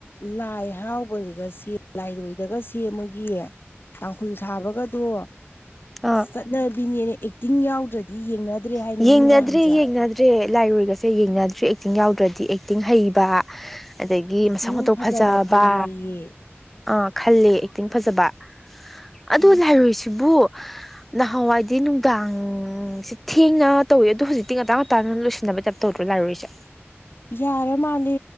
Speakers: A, on the left; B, in the centre.
A: ꯂꯥꯏ ꯍꯔꯥꯎꯕꯒꯁ ꯂꯥꯏꯔꯣꯏꯗꯒꯁ ꯃꯣꯏꯒꯤ ꯇꯥꯡꯈꯨꯜ ꯁꯥꯕꯒꯗꯣ
B: ꯑꯥ
A: ꯆꯠꯅꯕꯤꯅꯦꯅ ꯑꯦꯛꯇꯤꯡ ꯌꯥꯎꯗ꯭ꯔꯗꯤ ꯌꯦꯡꯅꯗ꯭ꯔꯦ ꯍꯥꯏꯅꯤ
B: ꯌꯦꯡꯅꯗ꯭ꯔꯦ
A: ꯃꯤ ꯃꯌꯥꯝꯁꯦ
B: <unintelligible> ꯂꯥꯏꯔꯣꯏꯒꯁꯦ ꯌꯦꯡꯅꯗ꯭ꯔꯦ ꯑꯦꯛꯇꯤꯡ ꯌꯥꯎꯗ꯭ꯔꯗꯤ ꯑꯦꯛꯇꯤꯡ ꯍꯩꯕ ꯑꯗꯒꯤ
A: ꯑꯦꯛꯇꯤꯡ
B: ꯃꯁꯛ ꯃꯇꯧ ꯐꯖꯕ
A: ꯈꯜꯂꯤꯌꯦ
B: ꯑꯥ ꯈꯜꯂꯦ ꯑꯦꯛꯇꯤꯡ ꯐꯖꯕ ꯑꯣ
A: ꯎꯝ
B: ꯂꯥꯏꯔꯣꯏꯁꯤꯕꯨ ꯅꯍꯥꯟꯋꯥꯏꯗꯤ ꯅꯨꯡꯗꯥꯡ ꯁꯤ ꯊꯦꯡꯅ ꯇꯧꯋꯦ ꯑꯗꯣ ꯍꯧꯖꯤꯛꯇꯤꯉꯥꯟꯇꯥ ꯉꯥꯟꯇꯥ ꯂꯣꯏꯁꯤꯟꯅꯕ ꯇꯥꯏꯞ ꯇꯧꯗ꯭ꯔꯣ ꯂꯥꯏꯔꯣꯏꯁꯦ
A: ꯌꯥꯔ ꯃꯥꯜꯂꯦ